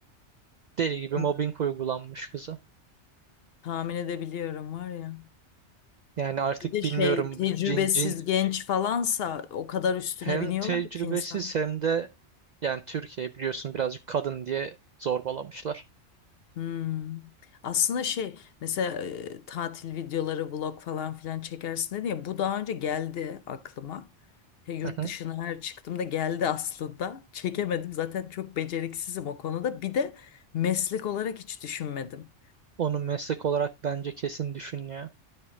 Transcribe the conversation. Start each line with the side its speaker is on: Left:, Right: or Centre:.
Right: Deli gibi
Left: Hı
Right: mobbing uygulanmış kıza.
Left: Tahmin edebiliyorum var ya.
Right: Yani artık
Left: Bir de şey
Right: bilmiyorum
Left: tecrübesiz
Right: bu cin cin
Left: genç falansa o kadar üstüne
Right: hem
Left: biniyorlar
Right: tecrübesiz
Left: ki insan.
Right: hem de yani Türkiye biliyorsun birazcık kadın diye zorbalamışlar.
Left: Hmm. Aslında şey mesela e, tatil videoları vlog falan filan çekersin dedi ya bu daha önce geldi aklıma. He, yurt
Right: Hı hı.
Left: dışına her çıktığımda geldi aslında. Çekemedim zaten çok beceriksizim o konuda. Bir de meslek olarak hiç düşünmedim.
Right: Onu meslek olarak bence kesin düşün ya.